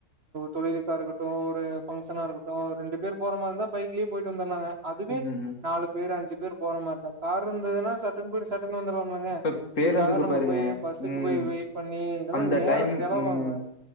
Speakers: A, on the right; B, on the left.
A: தொழிலுக்கா இருக்கட்டு ஒரு ஃபங்க்ஷனா இருக்கட்டு ரெண்டு பேர் போற மார் இருந்தா பைக்லயே போயிட்டு வந்தர்லாங்க அதுவே
B: ம்.
A: நாலு பேர் அஞ்சு பேர் போற மார் இருந்தா கார் இருந்ததுன்னா ச ட்டுன்னு போய்ட்டு சட்டுன்னு வந்துராம்லங்க
B: இப்ப பேருந்துக்கு
A: இதுக்காக நம்ம
B: பாருங்க.
A: போய் பஸ்ஸுக்கு
B: ம்.
A: போய் வெயிட் பண்ணி இதெல்லா
B: அந்த
A: நேர
B: டைம்
A: செலவாகுங்க
B: ம்